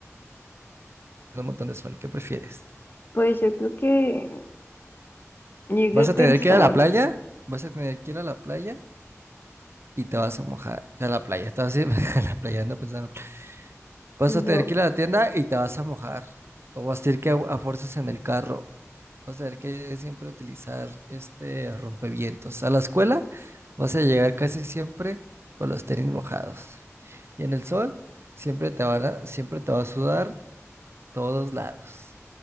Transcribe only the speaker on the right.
un montón de sol, ¿qué prefieres?
¿Vas
a
tener
que ir a la playa? ¿Vas a tener que ir a la playa? Y te vas a mojar. A la playa, estás así, <laughs> a la playa, ando pensando. Vas
a tener
que ir a la tienda y te vas a mojar. O vas a tener que a, a fuerzas en el carro. Vas a tener que siempre utilizar este rompevientos. A la escuela vas a llegar casi siempre con los tenis mojados. Y en el sol siempre te van a- siempre te va a sudar todos lados.